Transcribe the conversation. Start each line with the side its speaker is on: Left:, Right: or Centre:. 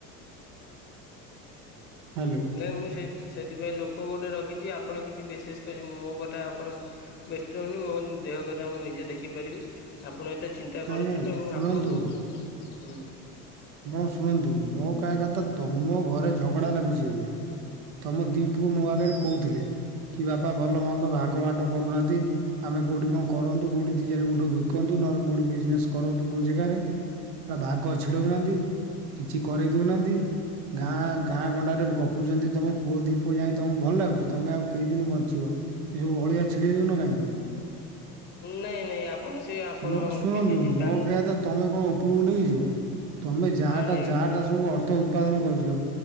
Right: ହ୍ୟାଲୋ
Left: ନାଇଁ ମୁଁ ସେ ସେଥିପାଇଁ ଲୋକ ଗୋଟେ ରଖିଛି ଆପଣ କିଛି ବିଶେଷ କରି ମୋ କଥା ଆପଣ ବ୍ୟସ୍ତ ହୁହନି ମୋ ଦେହ କଥା ମୁଁ ନିଜେ ଦେଖିପାରିବି। ଆପଣ ଏତେ ଚିନ୍ତା
Right: ନାଇଁ
Left: କରନ୍ତୁନି
Right: ନାଇଁ
Left: ଏବଂ
Right: ଶୁଣନ୍ତୁ
Left: ଆପଣଙ୍କୁ ହୁଁ।
Right: ଆପଣ ଶୁଣନ୍ତୁ ମୋ କାହିବା କଥା ତମ ଘରେ ଝଗଡ଼ା ଲାଗୁଛି ଏବେ। ତମ ଦି ପୁଅ ମୋ ଆଗରେ କହୁଥିଲେ କି ବାପା ଭଲ ମନ୍ଦ ଭାଗ ବାଣ୍ଟ କରୁନାହାନ୍ତି। ଆମେ କୋଉଠି କଣ କରନ୍ତୁ କଉଠି ଦିା ଚାରି ଗୁଣ୍ଠୁ ବିକନ୍ତୁ ନହେଲେ କୋଉଠି ବିଜନେସ କରନ୍ତୁ କୋଉ ଜେଗାରେ। ଭାଗ ଛିଡଉନାହାନ୍ତି କିଛି କରେଇ ଦଉନାହାନ୍ତି। ଗାଁ ଗାଁ ଗଣ୍ଡାରେ ଗପୁଛନ୍ତି ତମ ପୁଅ ଦିଇ ପୁଅ ଯାଇ ତମକୁ ଭଲ ଲାଗୁଛି ତମେ ଆଉ କେଇଦିନ ବଞ୍ଚିବ। ଏସବୁ ଅଳିଆ ଛିଡେଇ ଦଉନ କାହିଁକି?
Left: ନାଇଁ ନାଇଁ ଆପଣ ସେ ଆପଣ
Right: ମୋ ଶୁଣନ୍ତୁ
Left: କିଛି ଚିନ୍ତା
Right: ମୋ କହିବା କଥା ତମେ କଣ ଉପରକୁ ନେଇକିଯିବ ତମେ ଯାହାଟା
Left: ହଁ ନେଇକି
Right: ଯାହାଟା
Left: ଯିବି
Right: ସବୁ ଅ ର୍ଥ ଉତ୍ପାଦନ କରିଛ